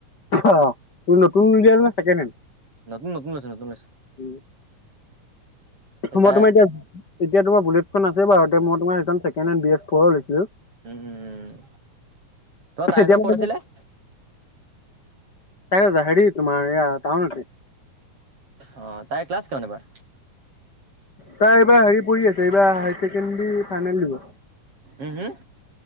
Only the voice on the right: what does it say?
নতুন নতুন আছে নতুন আছে।
সেই
তাই
উম ত তাইৰ
ঘৰ ক'ত
আছিলে?
অ তাই ক্লাছ কিমান এবাৰ?
উম হুম।